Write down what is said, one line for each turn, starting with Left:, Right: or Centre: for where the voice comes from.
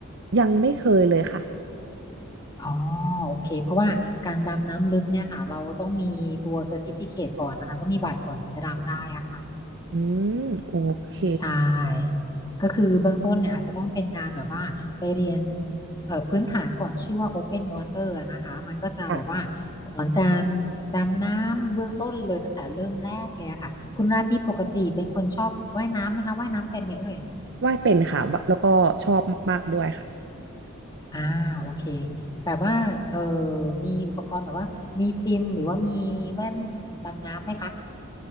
Right: ยังไม่เคยเลยค่ะ
Left: อ๋อ โอเค เพราะว่าการดำน้ำลึกเนี่ยค่ะ เราต้องมีตัว Certificate ก่อนนะคะ ต้องมีบัตรก่อนถึงจะดำได้อะค่ะ
Right: อืมโอเค
Left: ใช่ ก็คือเบื้องต้นเนี่ยอาจจะต้องเป็นการแบบว่าไปเรียนเอ่อพื้นฐานก่อนชื่อว่า Open Water อะนะคะ มันก็จะแบบว่าสอนการ
Right: ค่ะ
Left: ดำน้ำเบื้องต้นเลยตั้งแต่เริ่มแรกเลยอะค่ะ คุณราตรีปกติเป็นคนชอบว่ายน้ำไหมคะว่ายน้ำเป็นไหมเอ่ย
Right: ว่ายเป็นค่ะแล้วก็ชอบมากๆด้วยค่ะ
Left: อ่าโอเคแบบว่าเออมีอุปกรณ์แบบว่ามีฟินหรือว่ามีแว่นดำน้ำไหมคะ